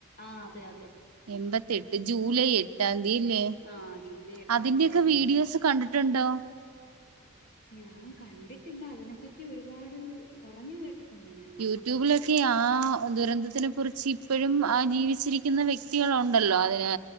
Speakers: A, on the left; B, on the right.
A: ആഹ് അതെ അതെ.
B: എൺപത്തേട്ട് ജൂലൈ എട്ടാം ദ്ധീ ല്ലേ
A: ആ ജൂലൈ എട്ടാം
B: അതിന്റെക്കെ
A: തീയതി ആയിരുന്നു
B: വീഡിയോസ്
A: അത്.
B: കണ്ട്ട്ട്ണ്ടോ?
A: ഞാം കണ്ടിട്ടില്ലാ അതിനെപ്പറ്റി ഒരുപാട് പറഞ്ഞു കേട്ടിട്ടുണ്ട് ഞാൻ.
B: യൂട്യൂബിലൊക്കെ ആ ദുരന്തത്തിനെ കുറിച്ച് ഇപ്പോഴും ആ ജീവിച്ചിരിക്കുന്ന വ്യക്തികളുണ്ടല്ലോ അതിന്